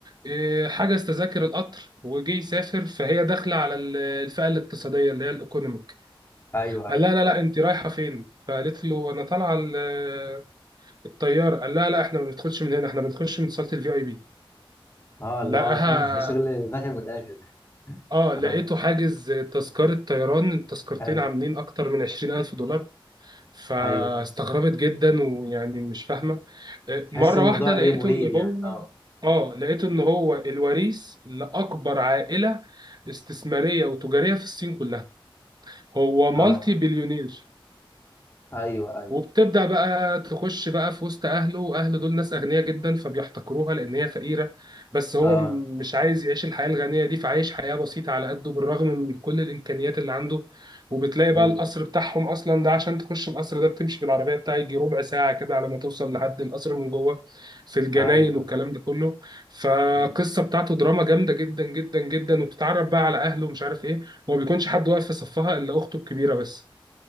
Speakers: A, on the right; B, on the left.
A: إيه، حجز تذاكر القطر وجي يسافر فهي داخله على ال- الفئه الاقتصاديه اللي هي الايكونوميك
B: ايوه ايوه
A: قال لا لا لا انت رايحه فين فقالت له انا طالعه ال- الطياره قال لا لا احنا ما بندخلش من هنا احنا بنخش من صاله الفي اي بي
B: اه اللي
A: لقاها
B: هو فاهم <laughs> الشغل داخل من الاخر
A: اه لقيته
B: اه
A: حاجز تذكره طيران التذكرتين
B: حلو
A: عاملين اكتر من 20000 دولار فاستغربت
B: ايوه ايوه
A: جدا ويعني مش فاهمه آه،
B: تحس
A: مره
B: الموضوع
A: واحده
B: ايه
A: لقيته
B: مريب
A: ان
B: يعني
A: هو
B: اه
A: اه لقيته ان هو الوريث لاكبر عائله استثماريه وتجاريه في الصين كلها هو مالتي
B: اه آه.
A: بليونير
B: ايوه ايوه
A: وبتبدأ بقى تخش بقى في وسط أهله أهله دول ناس أغنياء جدا فبيحتقروها لأن هي فقيرة بس هو
B: اه
A: م- مش عايز يعيش الحياة الغنية دي فعايش حياة بسيطة على قده بالرغم من كل الإمكانيات اللي عنده وبتلاقي بقى
B: امم
A: القصر بتاعهم أصلا ده عشان تخش القصر ده بتمشي بالعربية بتاعي يجي ربع ساعة كده على ما توصل لحد القصر من جوه في الجناين
B: ايوه
A: والكلام
B: ايوه
A: ده كله فقصة
B: امم
A: بتاعته دراما جامدة جدا جدا جدا وبتتعرف بقى على أهله ومش عارف إيه وما بيكونش حد واقف في صفها إلا أخته الكبيرة بس